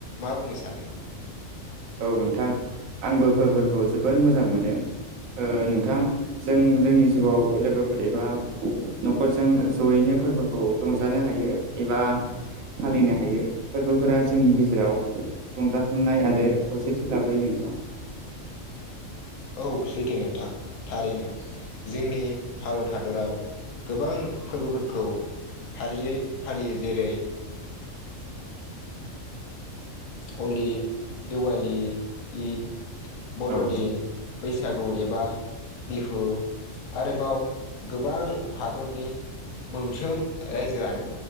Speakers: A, on the left (about 80°); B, on the right (about 85°).
A: मा बुंनो सानो?
B: औ नोंथां आंबो फोरफोरखौ जोबोर मोजां मोनो नोंथां जों जोंनि जिउआव लोगोफोर एबा न'खरजों जयैनो फोरबोखौ रंजानो हायो एबा फालिनो हायो फोरबोफोरा जोंनि गेजेराव रंजाखांनाय आरो खौसेथि लाबोयो नोंथां
A: औ सैथो नोंथां थारैनो जोंनि भारत हादराव गोबां फोरबोफोरखौ फारियै फालियो जेरै हलि दिवलिी इद बर'दिन
B: औ
A: बैसागु एबा बिहु आरोबाव गोबां हादरनि मोनफ्रोम रायजोआनो